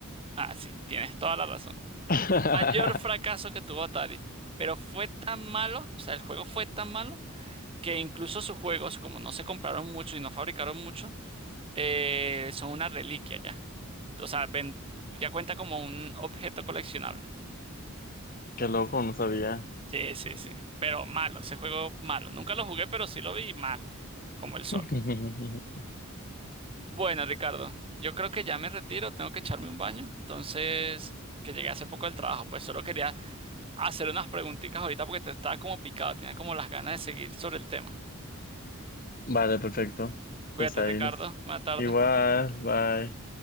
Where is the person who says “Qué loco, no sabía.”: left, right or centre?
Left